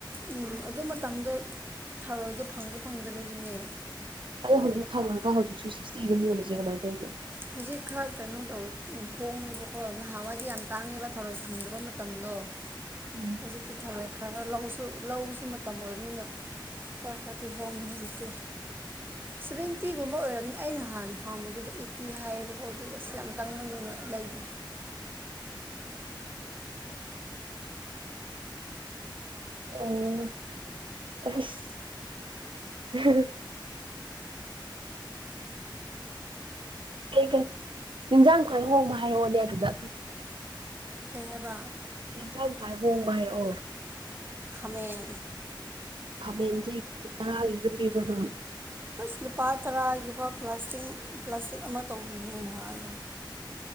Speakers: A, on the right; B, on the right.
A: ꯑꯨꯝ ꯑꯗꯨ ꯃꯇꯝꯗꯣ ꯊꯥꯔꯣꯏꯗꯣ ꯐꯪꯗꯣ ꯐꯪꯗꯕꯒꯤꯅꯦ
B: ꯑꯗꯣ ꯍꯧꯖꯤꯛ ꯐꯪꯉꯒ ꯍꯧꯖꯤꯛꯁꯨ ꯁꯤꯛ꯭ꯁꯇꯤ ꯑꯗꯨꯝ ꯌꯣꯜꯂꯤꯁꯦ ꯀꯃꯥꯏꯅ ꯇꯧꯔꯤꯅꯣ
A: ꯍꯧꯖꯤꯛ ꯈꯔ ꯀꯩꯅꯣ ꯇꯧꯋꯦ ꯍꯣꯡꯉꯦꯕꯀꯣ ꯅꯍꯥꯟꯋꯥꯏꯗꯤ ꯌꯥꯝ ꯇꯥꯡꯉꯦꯕ ꯊꯔꯣꯏ ꯐꯪꯗꯕ ꯃꯇꯝꯗꯣ <unintelligible>
B: ꯑꯨꯝ
A: ꯍꯧꯖꯤꯛꯇꯤ ꯊꯔꯣꯏ ꯈꯔ ꯈꯔ ꯂꯧꯁꯨ ꯂꯧꯁꯨ ꯃꯇꯝ ꯑꯣꯏꯕꯅꯤꯅ ꯈꯔ ꯈꯔꯗꯤ ꯍꯣꯡꯉꯦ ꯍꯧꯖꯤꯛꯇꯤ ꯁꯚꯦꯟꯇꯤꯒꯨꯝꯕ ꯑꯣꯏꯔꯕꯝꯅꯤ ꯑꯩꯅ ꯍꯥꯟꯅ ꯍꯪꯕꯗꯨꯗꯤ <unintelligible> ꯍꯥꯏꯌꯦꯕꯀꯣ ꯑꯗꯨꯒꯤ ꯑꯁ ꯌꯥꯝ ꯇꯥꯡꯃꯟꯗꯅ ꯂꯩꯗꯦ꯫
B: ꯑꯣ ꯑꯁ <unintelligible> ꯀꯩ ꯀꯩ ꯏꯤꯟꯖꯥꯡ ꯈꯨꯋꯥꯏ ꯍꯣꯡꯕ ꯍꯥꯏꯔꯛꯑꯣꯅꯦ ꯑꯗꯨꯗ
A: ꯀꯩ ꯍꯥꯏꯕ
B: ꯏꯤꯟꯁꯥꯥꯡ ꯈꯨꯋꯥꯏ ꯍꯣꯡ ꯍꯥꯏꯔꯛꯑꯣ
A: ꯈꯥꯃꯦꯟ
B: ꯈꯥꯃꯦꯟꯖꯦ ꯍꯦꯛ ꯇꯔꯥꯒꯤꯖꯨ ꯄꯤꯕꯗꯣ
A: ꯑꯁ ꯂꯨꯄꯥ ꯇꯔꯥꯒꯤꯐꯥꯎ ꯄ꯭ꯂꯥꯁꯇꯤꯡ ꯄ꯭ꯂꯥꯁꯇꯤꯛ ꯑꯃ ꯇꯧꯕꯤꯌꯦ ꯉꯍꯥꯟ